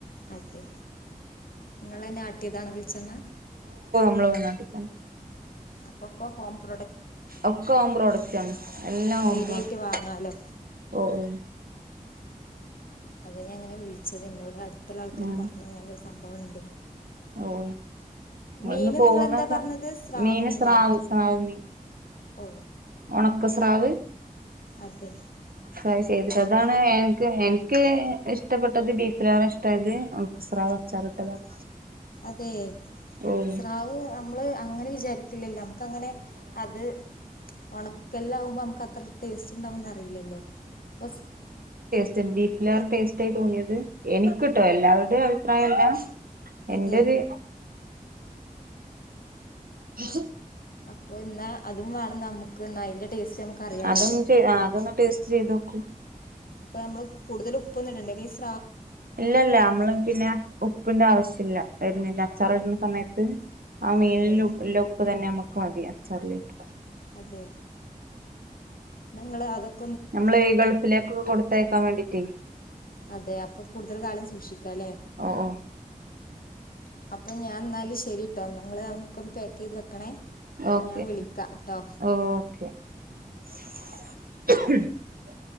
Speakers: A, on the left; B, on the right.
A: അതെ നിങ്ങളന്നെ ആട്ടിയതാണോ വെളിച്ചെണ്ണ?
B: വേറെന്ന ടിക്കണ്ണ്
A: അപ്പൊക്കെ ഹോം പ്രോഡ
B: ഒക്കഹോം പ്രോഡക്റ്റാണ് എല്ലാം ഹോം
A: ധൈര്യമായിട്ട്
B: പ്രോഡക്റ്റ്
A: വാങ്ങാലോ
B: ഓ ഓ
A: അതാഞാനിങ്ങനെ വിളിച്ചത് എന്നോടാ ട്തൊള്ള ആൾകാര്
B: ഉം
A: പറഞ്ഞപോലെ സംഭവം ഒണ്ട്
B: ഓ വന്ന്
A: മീന്
B: പോകുന്നകെ
A: നിങ്ങളെന്താ പറഞ്ഞത്
B: അങ്ങ്
A: സ്രാവ്
B: മീന്
A: മീനോ
B: സ്രാവ് സ്രാവ് മീൻ
A: ഓ
B: ഒണക്ക സ്രാവ്
A: അതെ
B: ട്രൈ ചെയ്തിട്ട് അതാണ് എൻക്ക് എനിക്ക് ഇഷ്ട്ടപ്പെട്ടത് ബീഫിനേറെ ഇഷ്ട്ടായത് ഒണക്ക സ്രാവ് അച്ചാറിട്ടതാണ്
A: അതേ?
B: ഓഹ്
A: സ്രാവ് അമ് മ്മ്ള് അങ്ങനെ വിചാരിക്കില്ലല്ലോ ക്കങ്ങനെ അത് ഒണക്കൽലാവുമ്പോ അമക്കത്ര ടെസ്റ്റോണ്ടാവോന്നറിയില്ലല്ലോ ഒസ്‌
B: <unintelligible> ട്ടേസ്റ്റായിട്ട് തോന്നിയത് എനിക്ക്ട്ടോ എല്ലാവരേടേം അഭിപ്രായല്ല എന്റര്
A: അതെ
B: <unintelligible>
A: അപ്പോയിന്ന അതും വേണം നമുക്ക് ന്നയിന്റെ ടെസ്റ്റും നമുക്കറിയാലോ
B: അതൊന്ന് ചെയ് അതൊന്ന് ടേസ്റ്റ് ചെയ്ത് നോക്കൂ
A: പ്പ മ്മള് കൂട്തലും ഒന്നിടണ്ടേ <unintelligible>
B: ല്ലല്ലാ നമ്മള് പിന്നെ ഉപ്പിന്റെ ആവിശ്യല്ല. വെരുന്നില്ല അച്ചാറിടുന്ന സമേത്ത്? ആ മീനില്ലേ
A: അതെ
B: ലുപ്പ് തന്നെ നമക്ക് പാതി അച്ചാറിലിട്ടു
A: അതെ ങ്ങള് <unintelligible>
B: ഞമ്മള് ഗൾഫിലേക്കൊക്കെ കൊട്ത്തയക്കാൻ വേണ്ടി റ്റേയ്
A: അതെ അപ്പൊ കൂടുതൽ കാലം സൂക്ഷിക്കാലെ
B: ഓഹ് ഓഹ്
A: അപ്പോഞ്ഞാന്നാല് ശെ ശരിട്ടോ ന്നാ ങ്ങള് അതൊക്കെന്ന് പാകീത് വെക്കണേ
B: ഓക്കെ
A: ഞാൻ വിളിക്കാ ട്ടോ
B: ഓക്കെ <inaudible> <unintelligible>